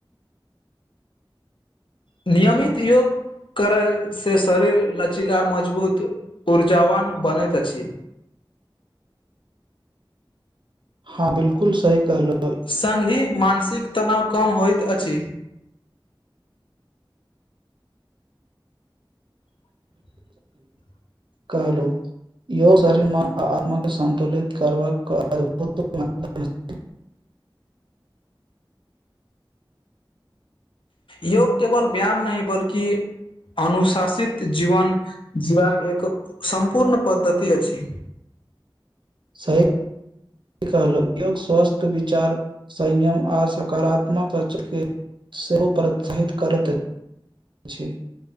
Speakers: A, on the left (about 70°); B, on the right (about 65°).
A: नियमित योग करय से शरीर लचीला मजबूत ऊर्जावान बनैत अछि <inaudible>
B: हँ बिलकुल सही कहलो
A: सङ्गहि मानसिक तनाव कम होइत अछि <inaudible>
B: कहलौ योग शरीर आत्म के संन्तुलित करबाक अद्भुत म <unintelligible>
A: <inaudible> योग केवल व्याम नहि बल्कि अनुशासित जीवन जीबाक एक सम्पूर्ण पद्धति अछि <inaudible>
B: सही ई कहल योग स्वस्थ विचार संयम आओर सकारात्मक रच के <unintelligible> सेहो प्रोत्साहित करैत अछि